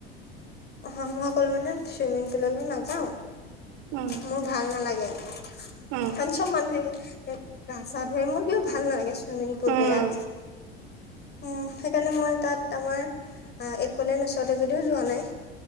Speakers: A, on the left; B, on the right.
A: হয় মই অকলো মানে চুইমিং পুললৈ নাযাও
B: উম
A: মোৰ ভাল নালাগে।
B: উম
A: তাত চব মানুহে গা চা ধুুৱে মোৰ কিয় ভাল নালাগে। চুইমিং পুল
B: উম
A: বিলাক উম সেইকাৰণে মই তাত আমাৰ এক'লেণ্ড ওচৰতে যদিও যোৱা নাই।